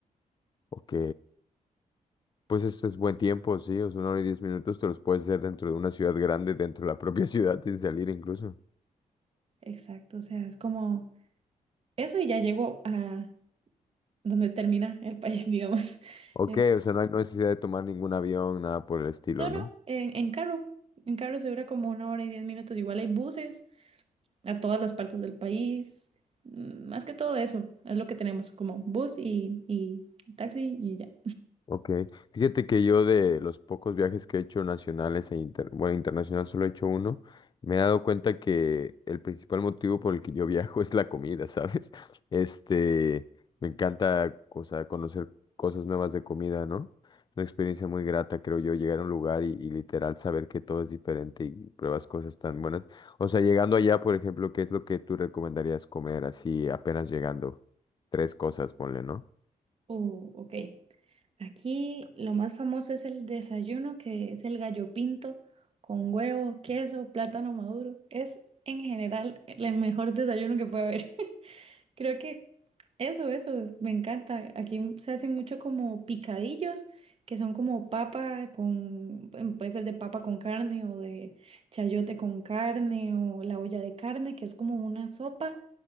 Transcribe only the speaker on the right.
Exacto, o sea, es como eso y ya llego a donde termina el país, <laughs> digamos.
Eh,
no, no,
en, en carro. En carro se dura como una hora y diez minutos. Igual hay buses a todas las partes del país. Mm, Más que todo eso, es lo que tenemos, como bus y, y taxi y ya.
Oh, ok. Aquí lo más famoso es el desayuno, que es el gallo pinto con huevo, queso, plátano maduro. Es en general el mejor desayuno que puede haber. <laughs> Creo que eso, eso, me encanta. Aquí se hacen mucho como picadillos, que son como papa con, em, puede ser de papa con carne o de chayote con carne o la olla de carne, que es como una sopa